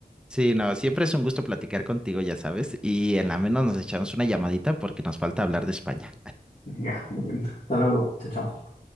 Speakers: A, in the centre; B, on the left.
A: Sí, no, siempre es un gusto platicar contigo, ya sabes. Y en la menos nos echamos una llamadita porque nos falta hablar de España.
B: Venga, muy bien. Hasta luego. Chao, chao.